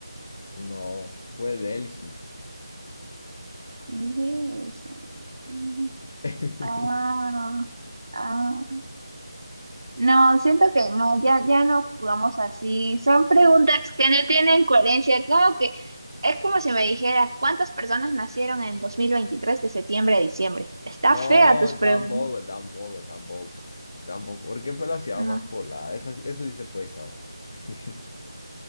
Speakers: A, on the left; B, on the right.
A: No, fue Delhi.
B: ¿Qué es eso? Mm,
A: <laughs>
B: Ah, ah. No, siento que no, ya, ya no jugamos así. Son preguntas que no tienen coherencia. ¿Cómo que Es como si me dijeras cuántas personas nacieron en el 2023 de septiembre a diciembre. Está
A: No,
B: fea tus preguntas.
A: tampoco, tampoco, tampoco, tampoco, porque fue la ciudad
B: No,
A: más poblada, Esa- sí, eso sí se puede saber. <laughs>